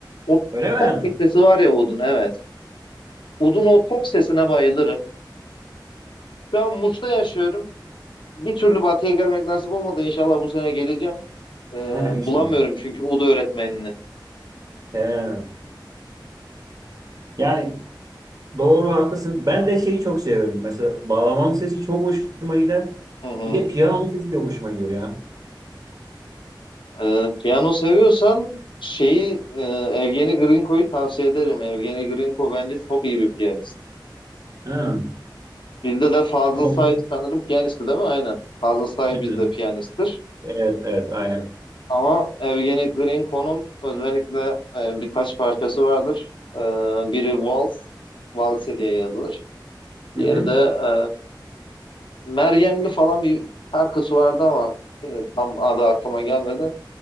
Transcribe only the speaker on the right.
Öyle mi?
Ha,
işte.
He. Yani doğru haklısın. Ben de şeyi çok seviyorum. Mesela bağlamanın sesi çok hoşuma gider.
Bir de piyanonun sesi de hoşuma gidiyor ya.
Hı.
Onları-
Evet,
evet, evet, aynen.
Hı
hı.